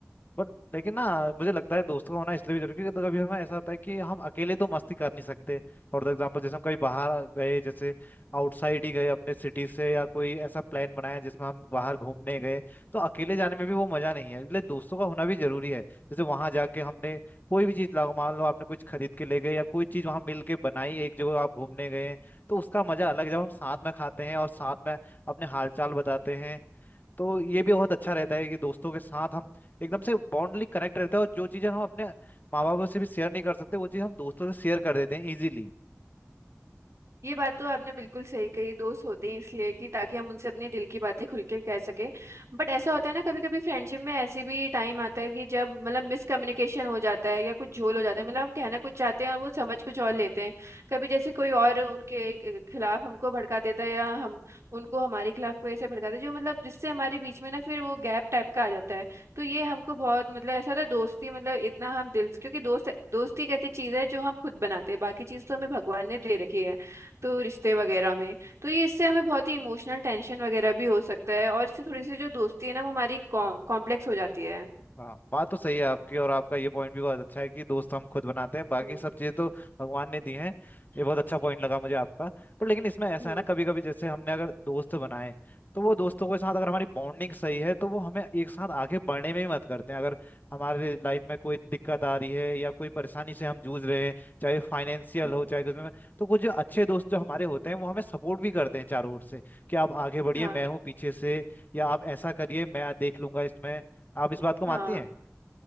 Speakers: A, on the left (about 40°); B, on the right (about 75°).
A: बट लेकिन ना मुझे लगता है दोस्तों का होना इसलिए भी जरूरी है, क्योंकि तो कभी हमें ऐसा होता है कि हम अकेले तो मस्ती कर नहीं सकते फॉर एग्जाम्पल जैसे हम कहीं बाहर गए जैसे आउटसाइड ही गए अपने सिटी से या कोई ऐसा प्लान बनाया जिसमें हम बाहर घूमने गए तो अकेले जाने में भी वो मजा नहीं है इसलिए दोस्तों का होना भी जरूरी है जैसे वहां जाके हमने कोई भी चीज लगा मान लो आपने कुछ खरीद के ले गए या कोई चीज वहां मिल के बनाई एक जगह आप घूमने गए हैं तो उसका मजा अलग है। जब हम साथ में खाते हैं और साथ में अपने हालचाल बताते हैं तो ये भी बहुत अच्छा रहता है कि दोस्तों के साथ हम एकदम से बॉन्डली कनेक्ट रहते हैं और जो चीज़ें हम अपने माँ बापों से भी शेयर नहीं कर सकते वो चीज़ हम दोस्तों से शेयर कर देते हैं इजीली
B: ये बात तो आपने बिल्कुल सही कही दोस्त होते हैं इसलिए कि ताकि हम उनसे अपने दिल की बातें खुल के कह सके बट ऐसा होता है ना कभी कभी फ्रेंडशिप में ऐसे भी टाइम आता है कि जब मतलब मिसकम्युनिकेशन हो जाता है या कुछ झोल हो जाता है मतलब हम कहना कुछ चाहते हैं और वो समझ कुछ और लेते हैं कभी जैसे कोई और उनके क- खिलाफ हमको भड़का देता है या हम उनको हमारे खिलाफ कोई ऐसे भड़काता है जो मतलब जिससे हमारे बीच में ना फिर वो गैप टाइप का आ जाता है तो ये हमको बहुत मतलब ऐसा होता है दोस्ती मतलब इतना हम दिल से- क्योंकि दोस्त दोस्ती एक ऐसी चीज है जो हम खुद बनाते हैं बाकी चीज तो हमें भगवान ने दे रखी है तो रिश्ते वगैरह में तो ये इससे हमें बहुत ही इमोशनल टेंशन वगैरह भी हो सकता है और इससे थोड़ी सी जो दोस्ती है ना वो हमारी कॉम्प्लेक्स हो जाती है
A: हाँ बात तो सही है आपकी और आपका ये पॉइंट भी बहुत अच्छा है कि दोस्त हम खुद बनाते हैं बाकी
B: हम्म
A: सब चीज़ें तो भगवान ने दी हैं ये बहुत अच्छा पॉइंट लगा मुझे आपका पर लेकिन इसमें ऐसा
B: हम्म
A: है ना कभी कभी जैसे हमने अगर दोस्त बनाए तो वो दोस्तों के साथ अगर हमारी बॉन्डिंग सही है तो वो हमें एक साथ आगे बढ़ने में ही मदद करते हैं अगर हमारे लाइफ में कोई दिक्कत आ रही है या कोई परेशानी से हम जूझ रहे हैं चाहे फाइनेंशियल
B: हम्म,
A: हो चाहे कुछ में तो कुछ जो अच्छे दोस्त जो हमारे होते हैं वो हमें सपोर्ट भी करते हैं चारों ओर से कि आप आगे बढ़िए
B: हाँ
A: मैं हूँ पीछे से या आप ऐसा करिए मैं देख लूंगा इसमें आप इस बात को
B: हाँ
A: मानती हैं